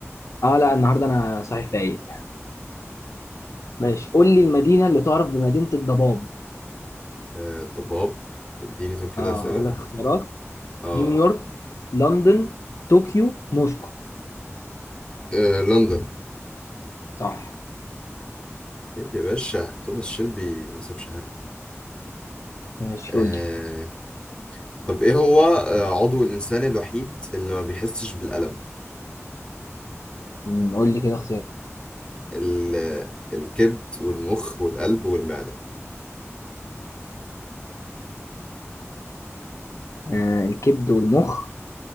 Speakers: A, on the left; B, on the left.
A: اه لا النهارده انا صحيح فايق ماشي قول لي المدينه اللي تعرف بمدينه الضباب
B: آه، الضباب اديني طب كده
A: اه
B: اسئله
A: اقول لك اختيارات
B: اه
A: نيويورك لندن طوكيو موسكو
B: آه، لندن
A: صح
B: طيب يا باشا توماس شيلبي ما سابش حاجه
A: ماشي
B: آه.
A: قول لي
B: طب ايه هو آه، عضو الانسان الوحيد اللي ما بيحسش بالالم
A: أمم، قول لي كده اختيارات
B: ال... آه، الكبد والمخ والقلب والمعده
A: آه الكبد والمخ